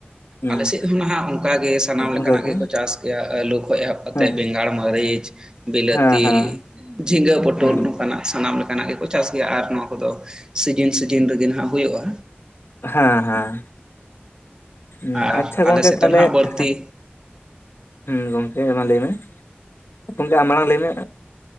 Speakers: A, on the left (about 75°); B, on the right (about 20°).
A: ᱦᱩᱸ
B: ᱟᱞᱮᱥᱮᱫ ᱦᱚᱸ ᱱᱷᱟᱸᱜ ᱚᱱᱠᱟ ᱜᱮ ᱥᱟᱱᱟᱢ
A: ᱚᱱᱠᱟᱜᱮ
B: ᱞᱮᱠᱟᱱᱟᱜ ᱜᱮᱠᱚ ᱪᱟᱥ ᱠᱮᱜᱼᱟ, ᱟᱹᱞᱩ ᱠᱷᱚᱡ ᱚᱦᱚᱜ ᱠᱟᱛᱮᱫ
A: ᱦᱮᱸ
B: ᱵᱮᱸᱜᱟᱲ, ᱢᱟᱹᱨᱤᱪ ᱵᱤᱞᱟᱹᱛᱤ
A: ᱦᱮᱸ ᱦᱮᱸ
B: ᱡᱷᱤᱸᱜᱟᱹ, ᱯᱚᱴᱚᱞ,
A: ᱦᱩᱸ
B: ᱱᱚᱝᱠᱟᱱᱟᱜ ᱥᱟᱱᱟᱢ ᱞᱮᱠᱟᱱᱟᱜ ᱜᱮᱠᱚ ᱪᱟᱥ ᱜᱮᱭᱟ ᱟᱨ ᱱᱚᱣᱟ ᱠᱚᱫᱚ ᱥᱤᱡᱤᱱ ᱥᱤᱡᱤᱱ ᱨᱮᱜᱮ ᱱᱷᱟᱸᱜ ᱦᱩᱭᱩᱜᱼᱟ᱾
A: ᱦᱮᱸ ᱦᱮᱸ, ᱩᱸ
B: ᱟᱨ
A: ᱟᱪᱪᱷᱟ ᱜᱚᱝᱠᱮ
B: ᱟᱞᱮ ᱥᱮᱫ
A: ᱛᱟᱦᱞᱮᱜ
B: ᱫᱚ ᱱᱟᱦᱟᱜ ᱵᱟᱹᱲᱛᱤ
A: ᱮᱸ ᱦᱮᱸ ᱦᱩᱸ ᱜᱚᱝᱠᱮ ᱢᱟ ᱞᱟᱹᱭ ᱢᱮ, ᱜᱚᱝᱠᱮ ᱟᱢ ᱢᱟᱲᱟᱝ ᱞᱟᱹᱭ ᱢᱮ?